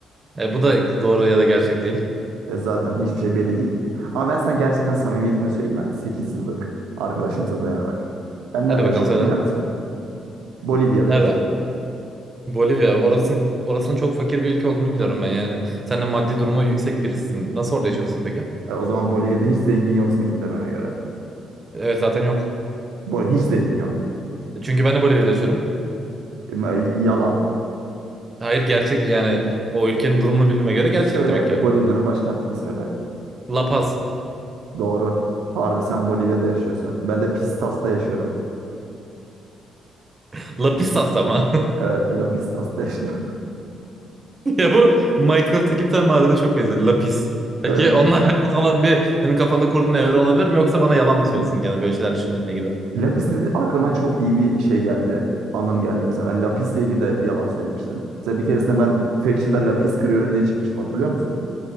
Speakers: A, on the right; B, on the right.
A: E, bu da doğru ya da gerçek değil.
B: E, zaten hiçbir şey belli değil ki. Ama ben sana gerçekten samimiyetini söyleyeyim mi? yani 8 yıllık arkadaşımıza dayanarak. Ben
A: Hadi
B: nerede
A: bakalım
B: yaşıyorum
A: söyle.
B: biliyor musun? Bolivya'da
A: Nerede?
B: yaşıyorum.
A: Bolivya. Orasının, orasının çok fakir bir ülke olduğunu biliyorum ben. Yani sen de maddi durumu yüksek birisin. Nasıl orada yaşıyorsun peki?
B: E, o zaman Bolivya'da hiç zengin yok senin demene göre.
A: Evet zaten yok.
B: Bol hiç zengin yok.
A: Çünkü ben de Bolivya'da yaşıyorum.
B: E, ma- yalan.
A: Hayır gerçek yani o ülkenin durumunu bildiğime göre gerçek
B: Söyle
A: demek
B: Bolivya'nın
A: ya.
B: başkentini söyle.
A: Lapaz,
B: Doğru. Harbi sen Bolivya'da yaşıyorsun. Ben de Pistas'ta yaşıyorum.
A: Paz. Lapisas ama. <laughs>
B: Evet, La Pistas'ta yaşıyorum. <laughs>
A: Ya bu Minecraft'taki bir tane madene çok benziyor. Lapis. Belki
B: Evet.
A: onunla alakalı olan bir senin kafanda kurduğun evren olabilir mi? Yoksa bana yalan mı söylesin gene böyle şeyler düşündüğüne gider.
B: La Pis aklıma çok iyi bir şey geldi. Anım geldi mesela. Ben La ilgili de yalan söylemiştim. Mesela bir keresinde ben Faction'da La kırıyorum diye çıkmıştım. Hatırlıyor musun?